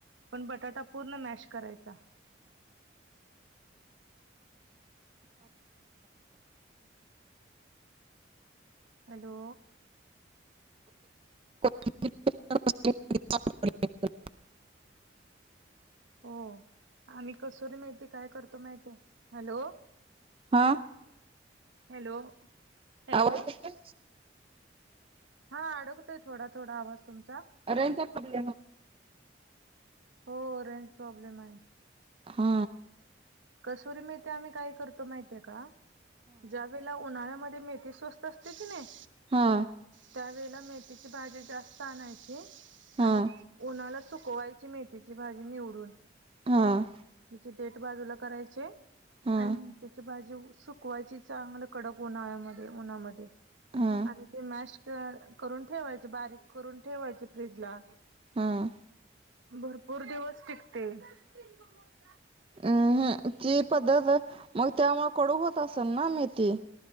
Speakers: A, on the right; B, on the right.
A: पण बटाटा पूर्ण मॅश करायचा. हॅलो.
B: <inaudible> <unintelligible>
A: हो, आम्ही कसुरी मेथी काय करतो माहितीये? हॅलो.
B: हा.
A: हॅलो. हॅलो
B: आवाज येतोय?
A: हा अडकतोय, थोडा थोडा आवाज तुमचा.
B: रेंजचा प्रॉब्लेम आहे.
A: हो रेंज प्रॉब्लेम आहे.
B: हा.
A: कसुरी मेथी आम्ही काय करतो माहितीय का, जास ज्यावेळला उन्हाळ्यामध्ये मेथी स्वस्त असते की नाही
B: हा.
A: त्या वेळला मेथीची भाजी जास्त आणायची
B: हा
A: आणि उन्हाला सुकवायची मेथीची भाजी निवडून.
B: हां.
A: त्याची डेट बाजूला करायचीये
B: हा
A: आणि त्याची भाजी सु कवायचेच चांगलं कडक उन्हाळ्यामध्ये, उन्हामध्ये
B: हा
A: आणि ते मॅश करून ठेवायच, बारीक करून ठेवायचे फ्रीजला.
B: हां.
A: भरपूर दिवस टिकते. <unintelligible>
B: अम्म हम ती पद्धत मग त्यामुळे कडू होत असेल ना मेथी.